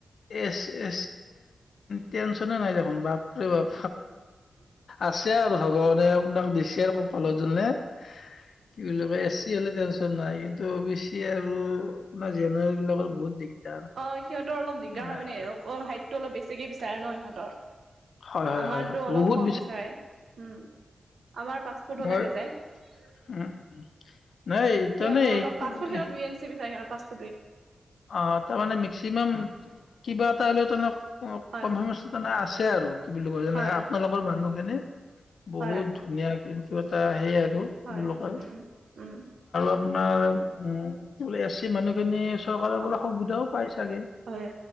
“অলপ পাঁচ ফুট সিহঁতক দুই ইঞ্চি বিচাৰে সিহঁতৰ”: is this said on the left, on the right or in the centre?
Right